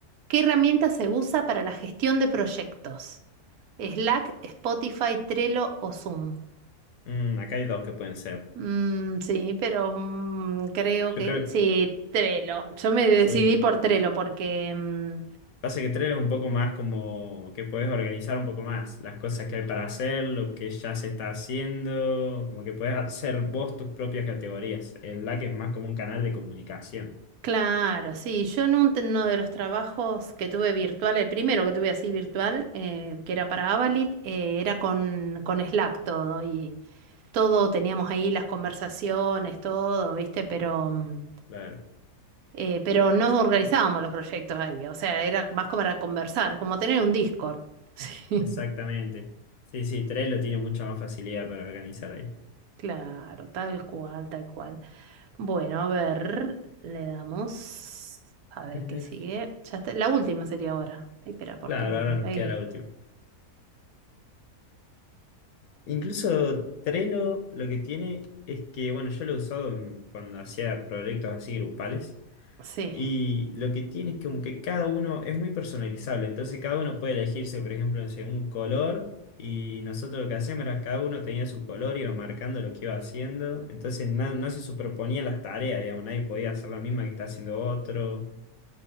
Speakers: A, on the right; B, on the left.
A: ¿Qué herramienta se usa para la gestión de proyectos? ¿Slack, Spotify, Trello o Zoom?
B: ¿eh? Mm, acá hay dos que pueden ser.
A: Mm, sí, pero mm, creo
B: Yo
A: que
B: creo
A: sí,
B: que
A: Trello. Yo me decidí
B: sí.
A: por Trello porque, mm,
B: Pasa que tres es un poco más como que puedes organizar un poco más las cosas que hay para hacer, lo que ya se está haciendo, como que puedes hacer vos tus propias categorías. El LAC es más como un canal de comunicación.
A: claro, sí, yo en un- uno de los trabajos que tuve virtual, el primero que tuve así virtual, eh, que era para Avalit, eh, era con, con Slack todo y todo teníamos ahí las conversaciones, todo, ¿viste? Pero... mm,
B: Claro,
A: Eh, pero no organizábamos los proyectos ahí, o sea, era más como para conversar, como tener un Discord. <laughs> Sí,
B: exactamente. Sí, sí, Trello tiene mucha más facilidad para organizar ahí.
A: claro, tal cual, tal cual. Bueno, a ver, le damos. A ver
B: Eh,
A: qué sigue. Ya está, la última sería ahora. Ay, espera, ¿por
B: claro,
A: qué no?
B: ahora
A: que-
B: nos
A: Ahí
B: queda la
A: era.
B: última. Incluso Trello lo que tiene es que, bueno, yo lo he usado en- cuando hacía proyectos así grupales
A: Sí,
B: Y lo que tiene es como que cada uno es muy personalizable, entonces cada uno puede elegirse, por ejemplo, no sé, un color y nosotros lo que hacíamos era cada uno tenía su color, iba marcando lo que iba haciendo, entonces na- no se superponían las tareas, digamos, nadie podía hacer la misma que está haciendo otro,